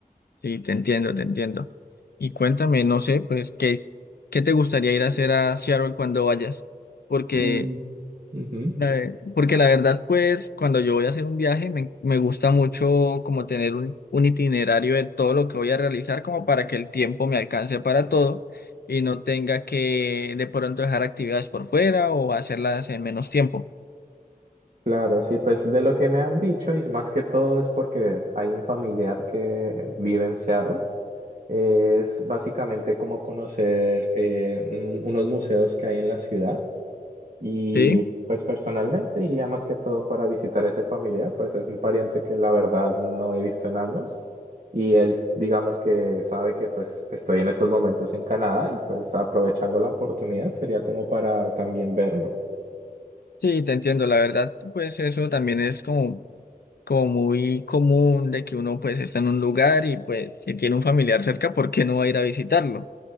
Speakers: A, on the left; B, on the right.
A: Sí, te entiendo, te entiendo. Y cuéntame, no sé, pues, ¿qué, qué te gustaría ir a hacer a Seattle cuando vayas? Porque
B: Mm, ujú.
A: La- Porque la verdad, pues, cuando yo voy a hacer un viaje, me, me gusta mucho como tener un, un itinerario de todo lo que voy a realizar, como para que el tiempo me alcance para todo y no tenga que de pronto dejar actividades por fuera o hacerlas en menos tiempo.
B: Claro, sí, pues de lo que me han dicho y más que todo es porque hay un familiar que vive en Seattle Es básicamente como conocer eh, un- unos museos que hay en la ciudad y
A: Sí,
B: pues personalmente iría más que todo para visitar a ese familiar, pues es un pariente que la verdad no he visto en años y él digamos que sabe que pues estoy en estos momentos en Canadá y pues aprovechando la oportunidad sería como para también verlo.
A: sí, te entiendo. La verdad, pues eso también es como, como muy común de que uno pues está en un lugar y pues si tiene un familiar cerca, ¿por qué no va a ir a visitarlo?